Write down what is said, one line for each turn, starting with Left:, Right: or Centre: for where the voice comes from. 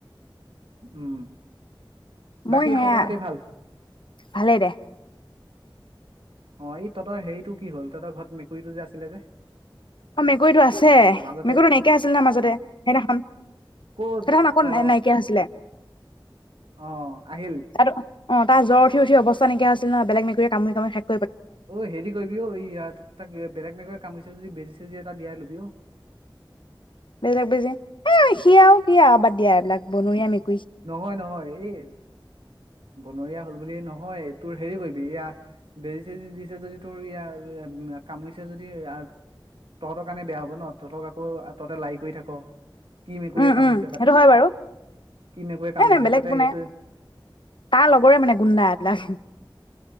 Right: উম বাকী
Left: মই সেয়া
Right: খবৰ খাতি ভাল
Left: ভালে দে
Right: অ এই তহতৰ হেৰিটো কি হ'ল তহঁতৰ ঘৰত মেকুৰীটো যে আছিলে যে
Left: অ মেকুৰীটো আছে
Right: মাজতে
Left: মেকুৰীটো নাইকিয়া আছিল নহ মাজতে সেইদিনাখন
Right: ক'ত
Left: সেইদিনাখন আকৌ
Right: অ
Left: নাইকিয়া হৈছিলে
Right: অ আহিল
Left: আৰু অ তাৰ জ্ব উঠি উঠি অৱস্থা নাইকিয়া হৈছিল নহয় বেলেগ মেকুৰীয়ে কামুৰি কামুৰি খাই দে
Right: অ' হেৰি কৰিবি অ' ইয়াত, তাক বেলেগ মেকুৰীয়ে কামুৰিছে। বেজি- চেজি এটা দিয়াই ল'বি অ।
Left: বেলেগ বেজি। এ সি আও কি আও বাদ দিয়া এইবিলাক বনৰীয়া মেক
Right: নহয় নহয় এই বনৰীয়া হ'ল বুলি নহয় তোৰ হেৰি কৰিবি এয়া বেজি-চেজি দিছে যদি তোৰ ইয়া কামুৰিছে যদি আ তহঁতৰ কাৰণে বেয়া হ'ব ন, তহঁতক আকৌ তহঁতে লাৰি কৰি থাক। কি মেকুৰীয়ে
Left: উম
Right: কামুৰিছে
Left: উম
Right: বা
Left: সেইটো
Right: ঠিক
Left: হয়
Right: নাই!
Left: বাৰু
Right: কি মেকুৰীয়ে কামুৰিছে
Left: এ নাই বেলেগ
Right: তাতে
Left: একো
Right: সেইটো
Left: নাই তাৰ লগৰে মানে গুণ্ডা এইবিলাক।